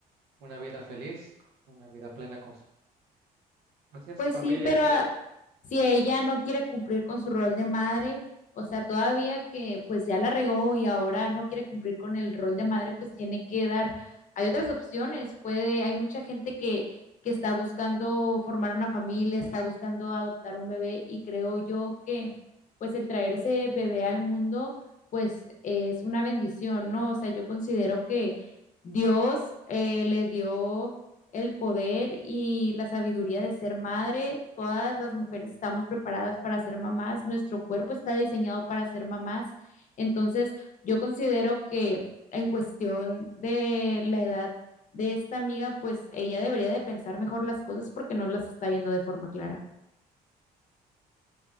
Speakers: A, on the right; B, on the left.
A: una vida feliz, una vida plena con su, pues, sí, en
B: Pues
A: su familia.
B: sí, pero ah, si ella no quiere cumplir con su rol de madre, o sea, todavía que pues ya la regó y ahora no quiere cumplir con el rol de madre, pues tiene que dar, hay otras opciones, puede, hay mucha gente que, que está buscando formar una familia, está buscando adoptar un bebé y creo yo que pues el traer ese bebé al mundo, pues es una bendición, ¿no? O sea, yo considero que Dios eh, le dio el poder y la sabiduría de ser madre. Todas las mujeres estamos preparadas para ser mamás, nuestro cuerpo está diseñado para ser mamás. Entonces, yo considero que en cuestión de la edad de esta amiga, pues ella debería de pensar mejor las cosas porque no las está viendo de forma clara.